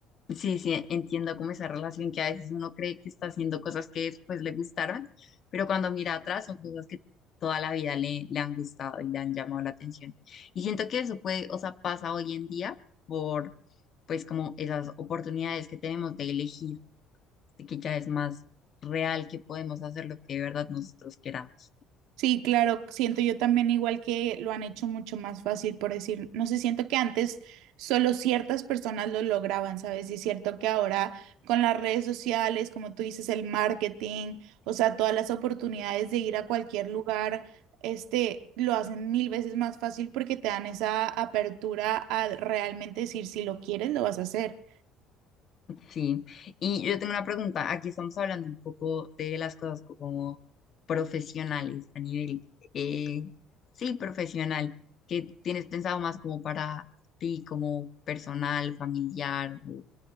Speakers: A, on the left; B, on the right.
A: Sí, sí, entiendo como esa relación que a veces uno cree que está haciendo cosas que después le gustaron, pero cuando mira atrás son cosas que toda la vida le, le han gustado y le han llamado la atención. Y siento que eso puede, o sea, pasa hoy en día por, pues, como esas oportunidades que tenemos de elegir, de que ya es más real que podemos hacer lo que de verdad nosotros queramos.
B: Sí, claro, siento yo también igual que lo han hecho mucho más fácil, por decir, no sé, siento que antes solo ciertas personas lo lograban, ¿sabes? Y es cierto que ahora con las redes sociales, como tú dices, el marketing, o sea, todas las oportunidades de ir a cualquier lugar, este, lo hacen mil veces más fácil porque te dan esa apertura a realmente decir si lo quieres, lo vas a hacer.
A: Sí, y yo tengo una pregunta. Aquí estamos hablando un poco de las cosas como profesionales a nivel, eh, sí, profesional. ¿Qué tienes pensado más como para ti, como personal, familiar? O-